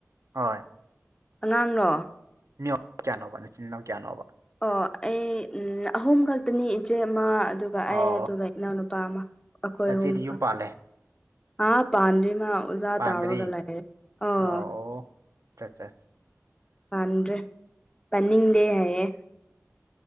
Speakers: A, on the right; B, on the left.
A: ꯍꯣꯏ
B: ꯑꯉꯥꯡꯔꯣ
A: ꯃꯤ ꯀꯌꯥꯅꯣꯕ ꯅꯆꯤꯟ ꯅꯅꯥꯎ ꯀꯌꯥꯅꯣꯕ
B: ꯑꯣ ꯑꯩ ꯎꯝ ꯑꯍꯨꯝ ꯈꯛꯇꯅꯤ ꯏꯆꯦ ꯑꯃ ꯑꯗꯨꯒ
A: ꯑꯣ
B: ꯑꯩ ꯑꯗꯨꯒ ꯏꯅꯥꯎꯅꯨꯄꯥ ꯑꯃ ꯑꯩꯈꯣꯏ
A: ꯅꯆꯦꯗꯤ
B: ꯑꯍꯨꯝ
A: ꯌꯨꯝ
B: ꯈꯛ
A: ꯄꯥꯜꯂꯦ
B: ꯑꯥ ꯄꯥꯟꯗ꯭ꯔꯤ ꯃꯥ ꯑꯣꯖꯥ
A: ꯄꯥꯟꯗ꯭ꯔꯤ
B: ꯇꯥꯎꯔꯒ ꯂꯩꯔꯦ ꯑꯧ
A: ꯑꯣ <unintelligible>
B: ꯄꯥꯟꯗ꯭ꯔꯤ ꯄꯥꯟꯅꯤꯡꯗꯦ ꯍꯥꯏꯌꯦ